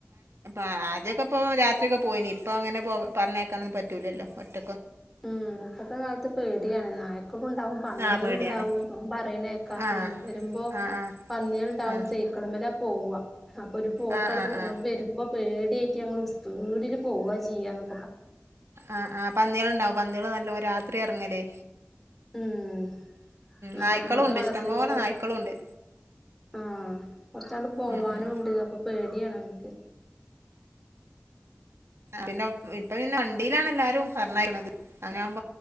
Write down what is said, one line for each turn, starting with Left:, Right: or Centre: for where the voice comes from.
Right: ആ ആദ്യോക്കെപ്പോ രാ ത്രി ഒക്കെ പോയിനി ഇപ്പൊങ്ങനെ പോക പറഞ്ഞയക്കാനൊന്നും പറ്റൂലല്ലോ ഒറ്റ
Centre: മ് ഇപ്പത്തെ കാലത്ത് പേടിയാണ്. നായിക്കളുണ്ടാവും പന്നിയള്ണ്ടാവും
Right: ആ പേടിയാണ്
Centre: ഉം പറയണെക്ക
Right: ആ
Centre: മ് വരുമ്പോ
Right: ആ ആ
Centre: പന്നിയൾണ്ടാവും
Right: ആ
Centre: സൈക്കൾമല പോവ്വ. അപ്പൊരു പോക്കാണ്
Right: ആ ആ
Centre: പോ
Right: ആ
Centre: ഇങ്ങട്ട് വര്മ്പം. പേടിയായിറ്റ് ഞങ്ങള് ഉസ് പീട്ല് പോവ്വാ ചെയ്യാന്ന്.
Right: ആ അ പന്നിയാൾണ്ടാവും. പന്നിള് നല്ലോ രാത്രിയെറങ്ങല്.
Centre: ഉം ഞങ്ങളെ
Right: നായ്ക്കളും
Centre: ഇബ്ടത്തെ
Right: ഉണ്ട്
Centre: മദ്രസ്സേക്ക്
Right: ഇഷ്ടംപോലെ
Centre: കൊറേ
Right: നായ്ക്കളും ഉണ്ട്
Centre: ആ കൊറച്ചാണ്ട് പോവാനുണ്ട്
Right: ഉം, ഉം.
Centre: അപ്പോ പേടിയാണോനിക്ക്.
Right: പിന്നെ ഇപ്പോ പിന്നെ വണ്ടീലാണ് എല്ലാരും പറഞ്ഞയക്കണത് <unintelligible>